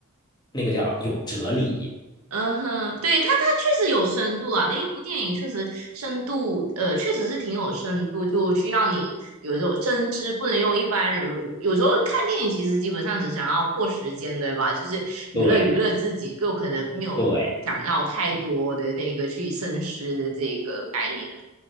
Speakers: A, on the left (about 20°); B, on the right (about 75°).
A: 那个叫有哲理。
B: 嗯哼，对，它它确实有深度啊，那一部电影确实深度，呃，确实是挺有深度，就需要你有一种深知，不能用一般人。有时候看电影其实基本上只想要过时间，对吧？就是娱乐娱乐自己，
A: 对
B: 就可能没有想要太多的那个去深思的这个概念。
A: 对